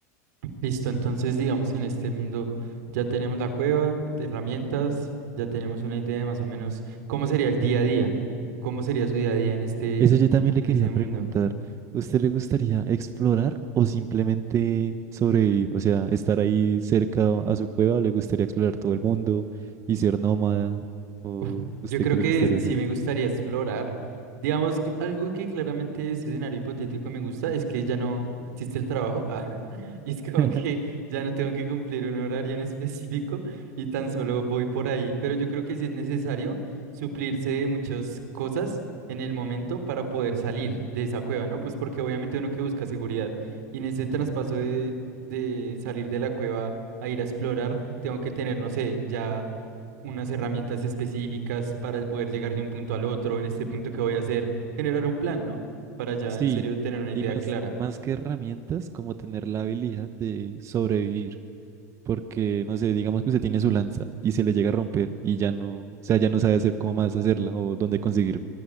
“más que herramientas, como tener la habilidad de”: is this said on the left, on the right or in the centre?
Right